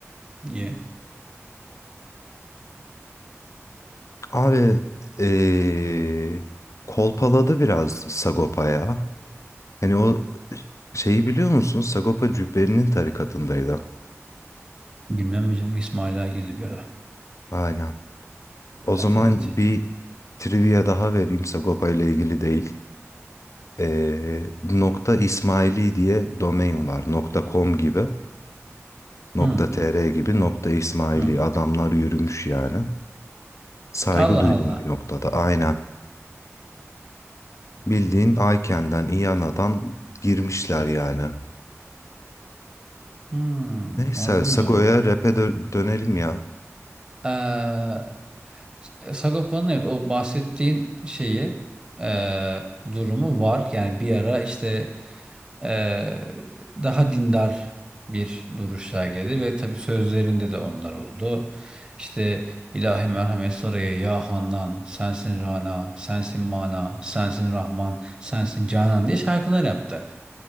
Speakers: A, on the right; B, on the left.
A: Niye?
B: Abi eee, kolpaladı biraz Sagopa ya. Hani o şeyi biliyor musun? Sagopa Cübbeli'nin tarikatındaydı.
A: Bilmem mi canım İsmail'a girdi bir ara.
B: Aynen. O zaman
A: Evet evet.
B: bir trivia daha vereyim Sagopa ile ilgili değil. Ee, nokta İsmaili diye domain var. Nokta .com gibi, nokta
A: Hmm,
B: .tr gibi, nokta İsmaili.
A: hmm.
B: Adamlar yürümüş yani. Saygı
A: Allah
B: duydum
A: Allah.
B: bir noktada. Aynen. Bildiğin Ayken'den, İyana'dan girmişler yani.
A: Hmm,
B: Neyse
A: onu
B: Sago'ya rap'e dö- dönelim ya.
A: bilmiyorum. E, Sagopa'nın evet o bahsettiğin şeyi e, durumu var. Yani bir ara işte e, daha dindar bir duruş sergiledi ve tabii sözlerinde de onlar oldu. İşte ilahi merhamet saraya ya Handan, sensin Rana, sensin Mana, sensin Rahman, sensin Canan diye şarkılar yaptı.